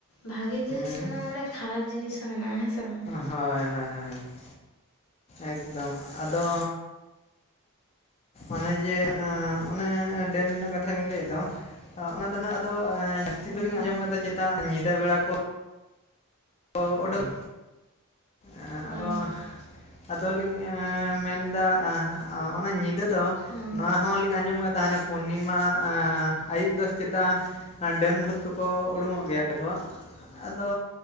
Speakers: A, on the left; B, on the left.
A: ᱵᱷᱟᱜᱤ ᱡᱤᱱᱤᱥ
B: ᱦᱮᱸ
A: ᱢᱮᱱᱟᱜᱼᱟ ᱢᱟᱱᱮ ᱠᱷᱟᱨᱟᱯ ᱡᱤᱱᱤᱥ ᱦᱚᱸ ᱢᱮᱱᱟᱜᱼᱟ, ᱦᱮᱸ ᱥᱮ ᱵᱟᱝ ᱾
B: ᱦᱚᱭ ᱦᱚᱭ ᱦᱚᱭ ᱦᱚᱭ ᱾ ᱮᱠᱫᱚᱢ ᱟᱫᱚᱼᱼ ᱚᱱᱮ ᱡᱮ ᱮᱸ ᱚᱱᱮ ᱰᱟᱹᱱ ᱨᱮᱱᱟᱜ ᱠᱟᱛᱷᱟ ᱵᱮᱱ ᱞᱟᱹᱭᱮᱫ ᱫᱚ, ᱚ ᱚᱱᱟ ᱫᱚ ᱱᱟᱜᱼᱼ ᱫᱚ ᱡᱟᱹᱥᱛᱤ
A: ᱦᱮᱸ
B: ᱫᱚᱞᱤᱧ
A: ᱦᱮᱸ
B: ᱟᱸᱡᱚᱢ ᱟᱠᱟᱫᱟ ᱪᱮᱛᱟ ᱧᱤᱫᱟᱹ ᱵᱮᱲᱟ ᱠᱚᱼᱼ ᱠᱚ ᱚᱰᱚᱠ, ᱮ
A: ᱦᱳᱭ
B: ᱟᱫᱚᱼᱼ
A: ᱦᱳᱭ
B: ᱟᱫᱚᱞᱤᱧ ᱮ ᱢᱮᱱᱫᱟ, ᱮ ᱚᱱᱮ ᱧᱤᱫᱟᱹ ᱫᱚ
A: ᱦᱮᱸ
B: ᱱᱚᱣᱟᱼᱼ ᱱᱚᱣᱟ ᱦᱚᱸᱞᱤᱧ ᱟᱸᱡᱚᱢ ᱟᱠᱟᱫᱟ ᱦᱟᱱᱮ ᱯᱩᱨᱱᱤᱢᱟ ᱮ ᱟᱹᱭᱩᱵ ᱫᱚ ᱪᱮᱛᱟᱼᱼ ᱮᱸ ᱰᱟᱹᱱ ᱵᱷᱩᱛ ᱠᱚᱠᱚ ᱩᱰᱩᱠᱚᱜ ᱜᱮᱭᱟ ᱥᱮ ᱠᱚ, ᱟᱫᱚ